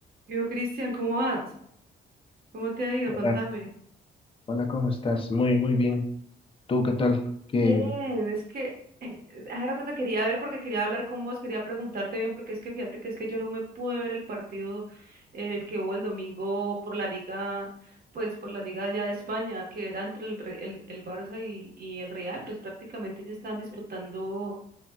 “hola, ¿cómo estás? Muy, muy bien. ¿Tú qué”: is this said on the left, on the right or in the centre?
Left